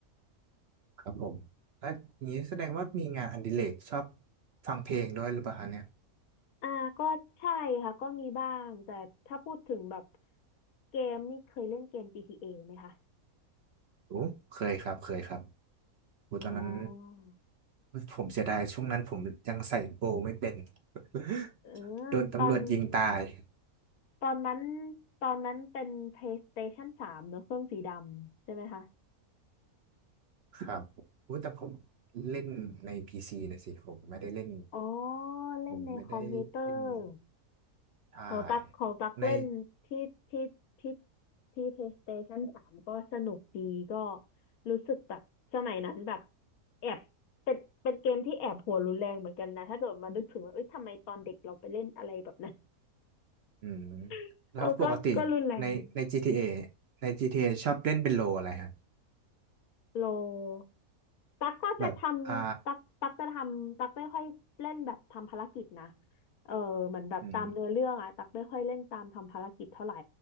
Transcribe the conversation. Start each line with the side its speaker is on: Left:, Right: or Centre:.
Right: ครับผมแล้วอย่างนี้แสดงว่ามีงานอดิเรกชอบฟังเพลงด้วยหรือเปล่าคะเนี่ย
Left: อ่าก็ใช่ค่ะก็มีบ้างแต่ถ้าพูดถึงแบบเกมนี่เคยเล่นเกม p t a ไหมคะ
Right: โอ้เคยครับเคยครับโอ้ตอนนั้น
Left: อ๋อ
Right: ผมเสียดายช่วงนั้นผมยังใส่โบว์ไม่เป็น <laughs>
Left: เออตอน
Right: โดนตำรวจยิงตาย
Left: ตอนนั้นตอนนั้นเป็น PlayStation 3เนอะเครื่องสีดำใช่ไหมคะ
Right: ครับโอ้แต่ผมเล่นในพีซีนะสิผมไม่ได้เล่น
Left: อ๋อเล่นในคอมพิวเตอร์
Right: ผมไม่ได้เล่นอ่า
Left: ของตักของตักเล่นที่ที่ที่
Right: ใน
Left: ที่ PlayStation 3ก็สนุกดีก็รู้สึกแบบสมัยนั้นแบบแอบเป็นเป็นเกมที่แอบหัวรุนแรงเหมือนกันนะถ้าเกิดมานึกถึงว่าเอ้ยทำไมตอนเด็กเราไปเล่นอะไรแบบนั้น
Right: อืม
Left: <laughs>
Right: แล้วปกติ
Left: เออก็ก็รุนแรง
Right: ในใน GTA ในจีทีเอชอบเล่นเป็นโลอะไรฮะ
Left: โล ตักก็จะทำตักตักจะทำตักไม่ค่อยเล่นแบบทำภารกิจนะ
Right: แบบอ่า
Left: เออเหมือนแบบตามเนื้อเรื่องอะตักไม่ค่อยเล่นตามทำภารกิจเท่าไหร่
Right: อืม